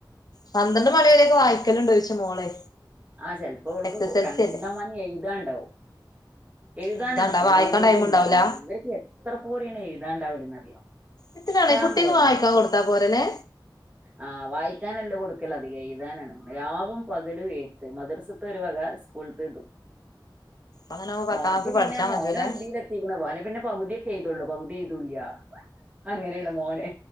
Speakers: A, on the left; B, on the right.
A: പന്ത്രണ്ട് മണിവരയൊക്കെ വായിക്കലുണ്ടോ ചോദിച്ചയാ മോളെ
B: ആ ചെലപ്പോ ഓൾക്ക്
A: എസ് എസ് എൽ
B: കണ്ടമാനം
A: സി അല്ലേ
B: എഴുതാൻ ഉണ്ടാകും. എഴുതാൻ
A: എഴുതാണ്ട
B: ആണ് കൂടുതൽ
A: വായിക്കാൻ ടൈം ഉണ്ടാവൂല
B: ഉണ്ടാവുക. ഇവർക്ക് എത്ര പോരെയാണ് എഴുതാൻ ഉണ്ടാവലെന്ന് അറിയോ
A: ഇത്തിനാണെ
B: ഇഷ്ടം
A: കുട്ടിക്ക്
B: പോലെ
A: വായിക്കാൻ
B: ഉണ്ടാവും
A: കൊടുത്താ പോരല്ലേ
B: ആ വായിക്കാൻ അല്ല കൊടുക്കല് അധികം എഴുതാനാണ്. രാവും പകലും എഴുത്ത് മദ്രസത്തെ ഒരു വക സ്കൂളിത്തേതും.
A: അങ്ങനെ പത്താം
B: മോനിക്ക്
A: ക്ലാസ്
B: പിന്നെ
A: പഠിച്ചാ
B: മോനും
A: മതില്ലേ
B: എന്തിലും എത്തിയിരിക്കുന്നു. മോന് പിന്നെ പകുതിയൊക്കെ എഴുതി ള്ളു പമ്പ് ചെയ്തൂല്ല അങ്ങനെയാണ് മോന്